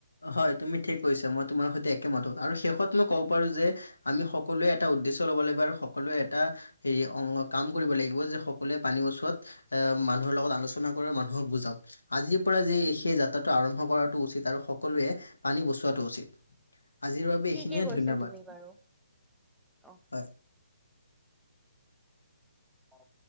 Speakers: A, on the left; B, in the centre.
A: হয় তুমি ঠিক কৈছা মই তোমাৰ সৈতে একেমত, আৰু শেষত মই ক'ব পাৰোঁ যে আমি সকলোৱে এটা উদ্দেশ্য ল'ব লাগিব আৰু সকলোৱে এটা হেৰি অংগ কাম কৰিব লাগিব যে সকলোৱে পানী বছোৱাত আ মানুহৰ লগত আলোচনা কৰে মানুহক বুজাওক। আজিৰ পৰা যি সেই যা ত্ৰাটো আৰম্ভ কৰাটো উচিত আৰু সকলোৱে পানী বচোৱাটো উচিত। আজিৰ বাবে এইখিনিয়ে
B: ঠিকে কৈছা
A: ধন্যবাদ।
B: তুমি বাৰু। অ
A: হয়
B: অঁ।